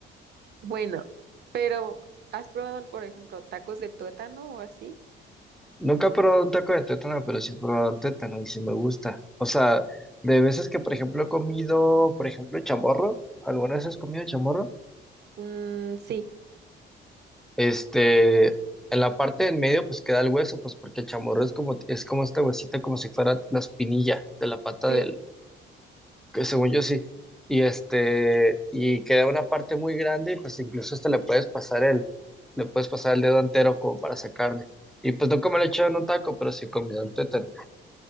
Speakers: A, on the right; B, in the centre.
A: Bueno. Pero, ¿has probado, por ejemplo, tacos de tuétano o así?
B: Nunca he probado un taco de tuétano, pero sí he probado un tuétano y sí me gusta. O sea, de veces que, por ejemplo, he comido, por ejemplo, chamorro, algunas veces he comido chamorro,
A: Mm, sí,
B: este, en la parte de en medio pues queda el hueso, pues porque el chamorro es como, es como esta huesita, como si fuera la espinilla de la pata
A: sí.
B: del, que según yo sí. Y este, y queda una parte muy grande y pues incluso hasta le puedes pasar el, le puedes pasar el dedo entero como para sacarle. Y pues nunca me lo he hecho en un taco, pero sí he comido el tuétano.